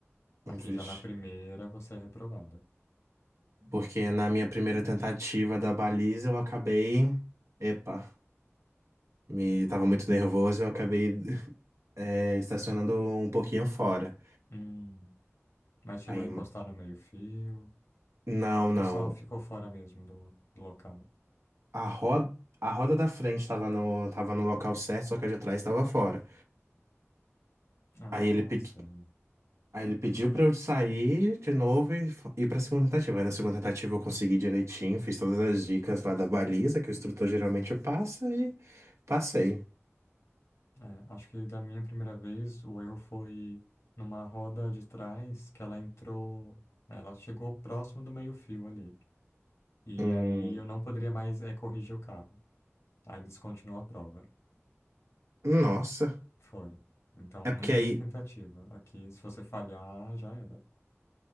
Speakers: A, on the left; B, on the right.
A: Aqui
B: Vixe.
A: já na primeira você é reprovado.
B: Porque na minha primeira tentativa da baliza eu acabei. Epa! Me tava muito nervoso, eu acabei é, estacionando um pouquinho fora.
A: Hum. Mas chegou
B: Aí,
A: a encostar no meio-fio?
B: não,
A: Ou
B: não.
A: só ficou fora mesmo do, do local?
B: A roda, a roda da frente tava no, tava no local certo, só que a de trás tava fora.
A: Ah,
B: Aí ele, pedi,
A: sim.
B: aí ele pediu pra eu sair de novo e f- ir pra segunda tentativa. Aí na segunda tentativa eu consegui direitinho, fiz todas as dicas lá da baliza que o instrutor geralmente passa e passei.
A: É, acho que da minha primeira vez o erro foi numa roda de trás que ela entrou. né, Ela chegou próximo do meio-fio ali. E
B: Hum,
A: aí eu não poderia mais eh, corrigir o carro. Aí descontinuou a prova.
B: nossa.
A: Foi. Então
B: É porque
A: nem tem
B: aí,
A: tentativa. Aqui, se você falhar, já era.